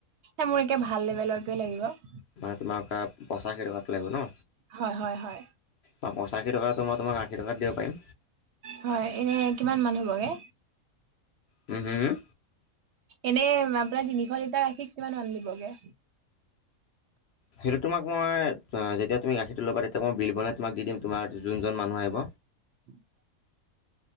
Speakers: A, on the right (about 65°); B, on the left (about 60°).
A: এ' মোৰ একে ভাল লেবেলৰটোৱে লাগিব।
B: মানে তোমাৰ পঁচাশী টকাৰটো লাগিব ন?
A: হয় হয় হয়
B: বা পঁচাশী টকাটো মই তোমাক আশী টকাত দিব পাৰিম
A: হয় এনেই কিমান মান হ'বগে?
B: হুম হুম হুম।
A: এনেই আপোনাৰ তিনিশ লিটাৰ গাখীৰ কিমান মান দিবগে?
B: সেইটো তোমাক মই, যেতিয়া তুমি গাখীৰটো ল'বা তেতিয়া মই বিল বনাই তোমাক দি দিম। তোমাৰ যোনজন মানুহ আহিব।
A: <inaudible>